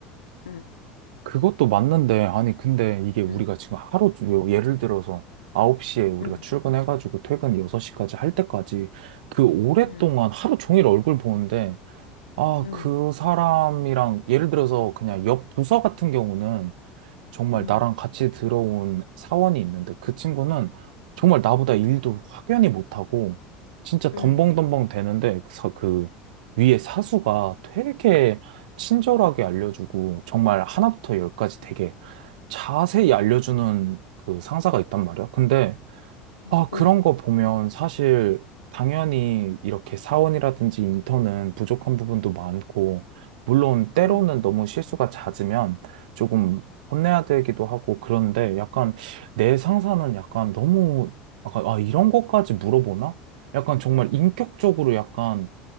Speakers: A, on the left; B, on the right.
A: 음,
B: 그것도 맞는데, 아니, 근데 이게 우리가
A: 음.
B: 지금 하루, 주- 요- 예를 들어서 9시에 우리가
A: 음,
B: 출근해가지고 퇴근 6시까지 할 때까지 그 오랫동안
A: 음,
B: 하루 종일 얼굴 보는데, 아,
A: 음,
B: 그 사람이랑, 예를 들어서 그냥 옆 부서 같은 경우는 정말
A: 음,
B: 나랑 같이 들어온 사원이 있는데 그 친구는 정말 나보다 일도 확연히 못하고 진짜 덤벙덤벙
A: 음,
B: 되는데 그 사- 그 위에 사수가 되게 친절하게 알려주고 정말 하나부터 열까지 되게 자세히 알려주는 그 상사가 있단 말이야. 근데
A: 음,
B: 아, 그런
A: 음,
B: 거 보면 사실 당연히 이렇게 사원이라든지 인턴은 부족한 부분도 많고, 물론 때로는
A: 음,
B: 너무 실수가 잦으면 조금 혼내야 되기도 하고, 그런데 약간 내 상사는 약간 너무, 약간, 아, 이런 것까지 물어보나? 약간 정말 인격적으로 약간